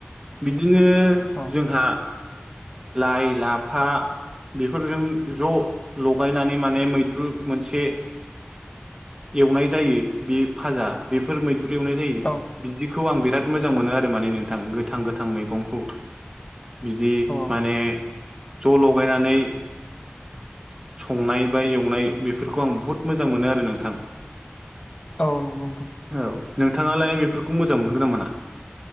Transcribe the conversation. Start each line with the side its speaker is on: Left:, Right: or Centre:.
Right: बिदिनो
Left: औ
Right: जोंहा लाइ लाफा बेफोरजों ज' लगायनानै माने मैद्रु मोनसे एवनाय जायो बे फाजा बेफोर मैद्रु एवनाय जायो
Left: औ
Right: बिखौ आं बिराद मोजां मोनो आरो माने नोंथां गोथां गोथां मैगंखौ बिदि
Left: औ
Right: माने ज' लगायनानै संनाय बा एवनाय बेफोरखौ आं बुहुद मोजां मोनो आरो नोंथां
Left: औ नंगौ नोंथां
Right: औ नोंथाङालाय बेफोरखौ मोजां मोनगोना
Left: औ
Right: मोना